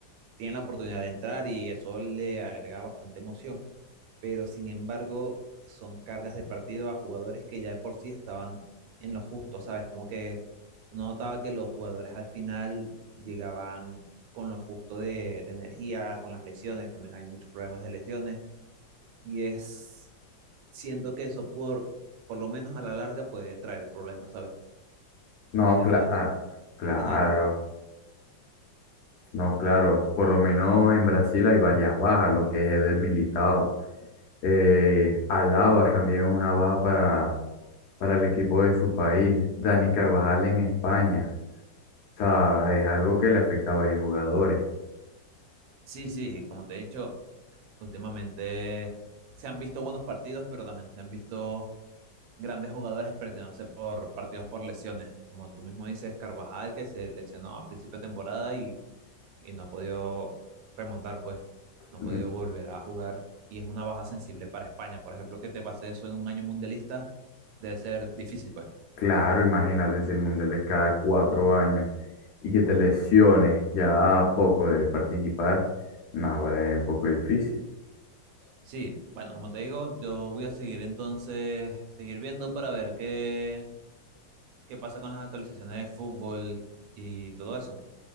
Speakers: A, on the right; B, on the left.
A: tienen la oportunidad de entrar y eso le agrega bastante emoción pero sin embargo son cargas de partido a jugadores que ya de por sí estaban en lo justo, ¿sabes? Como que uno notaba que los jugadores al final llegaban con lo justo de, de energía, con las lesiones, también hay muchos problemas de lesiones, y es, siento que eso por, por lo menos a la larga puede traer problemas, ¿sabes?
B: No,
A: Que ya
B: claro.
A: no hay,
B: Claro.
A: que no hay,
B: No, claro, por lo menos en Brasil hay varias bajas, lo que es Eder Militao. Eh, Alaba también es una baja para, para el equipo de su país. Dani Carvajal en España. O sea, es algo que le afecta a varios jugadores.
A: sí, sí, como te he dicho, últimamente se han visto buenos partidos, pero también se han visto grandes jugadores perdiéndose por partidos por lesiones. Como tú mismo dices, Carvajal, que se lesionó a principio de temporada y, y no ha podido remontar, pues, no ha
B: Mm,
A: podido volver a jugar. Y es una baja sensible para España. Por ejemplo, que te pase eso en un año mundialista debe ser difícil, pues.
B: Claro, imagínate si el Mundial es cada cuatro años y que te lesiones ya a poco de participar. No, ahora es un poco difícil.
A: Sí, bueno, como te digo, yo voy a seguir entonces, seguir viendo para ver qué, qué pasa con las actualizaciones de fútbol y todo eso.